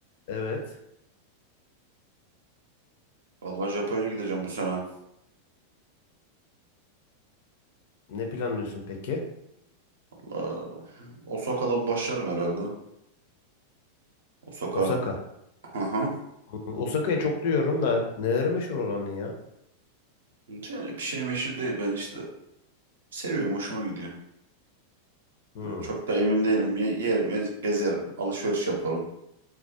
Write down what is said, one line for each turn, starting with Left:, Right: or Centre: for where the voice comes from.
Left: evet.
Right: Vallahi Japonya'ya gideceğim bu sene.
Left: Ne planlıyorsun peki?
Right: Valla Osaka'dan başlarım herhalde. Osaka.
Left: Osaka.
Right: Hı hı.
Left: Hı, Osaka'yı çok duyuyorum da neleri meşhur oranın ya?
Right: Yani bir şey meşhur değil ben işte. Seviyorum hoşuma gidiyor.
Left: Hmm,
Right: Yani çok da emin değilim. Ye- yerim ez- gezerim. Alışveriş yaparım.